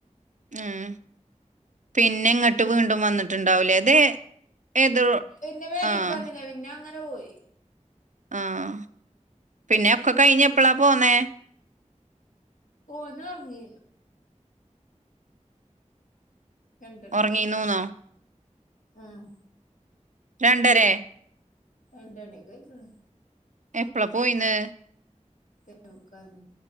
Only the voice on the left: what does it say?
പിന്നെ പെരിക്ക്‌
വന്നില്ല പിന്നെങ്ങനെ പോയി
ഓന് ഒറങ്ങി രണ്ടണിക്കയ്ക്കാണും
ആഹ്
രണ്ടണി ഒക്കെ അയ്ക്ക്‌ണ്
<unintelligible> മുക്കാല്